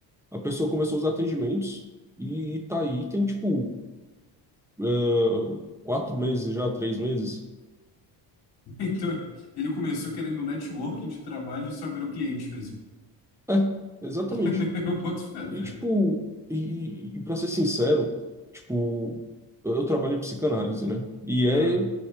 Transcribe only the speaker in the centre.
A pessoa começou os atendimentos e, e tá aí, tem, tipo, é, quatro meses já, três meses.
É, exatamente.
E, tipo, e, e pra ser sincero, tipo, eu trabalho em psicanálise, né? E é